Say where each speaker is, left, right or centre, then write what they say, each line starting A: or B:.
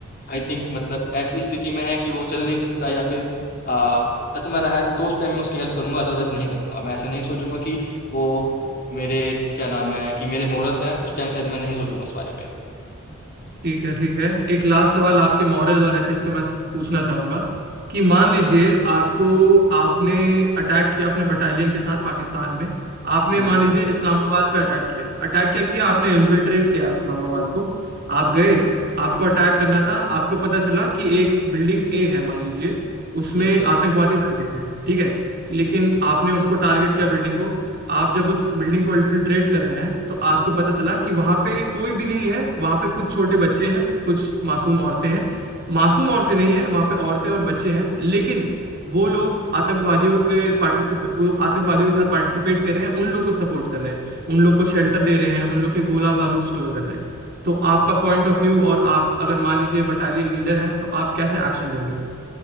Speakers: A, on the left; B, on the right.
A: आई थिंक मतलब ऐसी स्थिति में है कि वो चल नहीं सकता या फिर आ, अतमरा रहा है तो उस टाइम में उसकी हेल्प करूंगा अदरवाइज नहीं करूंगा मैं ऐसा नहीं सोचूंगा कि वो मेरे क्या नाम है कि मेरे मोरल्स हैं उस टाइम शायद मैं नहीं सोचूंगा इस बारे में
B: ठीक है ठीक है एक लास्ट सवाल आपके मॉरल और एथिक्स पे मैं पूछना चाहूंगा कि मान लीजिए आपको आपने अटैक किया अपने बटालियन के साथ पाकिस्तान में आपने
A: हाँ जी
B: मान लीजिए इस्लामाबाद पे अटैक किया अटैक क्या किया आपने इन्फिल्ट्रेट किया इस्लामाबाद को आप गए आपको अटैक करना था आपको पता चला कि एक बिल्डिंग ए है मान लीजिए उसमें
A: Yes sir
B: आतंकवादी बैठे हैं ठीक है लेकिन आपने उसको टारगेट किया बिल्डिंग को आप जब उस बिल्डिंग को इन्फिल्ट्रेट कर रहे हैं तो आपको पता चला कि वहां पे कोई भी नहीं है वहां पे कुछ छोटे बच्चे हैं कुछ मासूम औरतें हैं मासूम औरतें नहीं हैं वहां पे औरतें और बच्चे हैं लेकिन वो लोग आतंकवादियों के पार्टिसिपे वो आतंकवादियों के साथ पार्टिसिपेट कर रहे हैं उन लोग को सपोर्ट कर रहे हैं उन लोग को शेल्टर दे रहे हैं उन लोग के गोला बारूद स्टोर कर रहे हैं तो आपका पॉइंट ऑफ व्यू और आप अगर मान लीजिए बटालियन लीडर हैं तो आप कैसे एक्शन लेंगे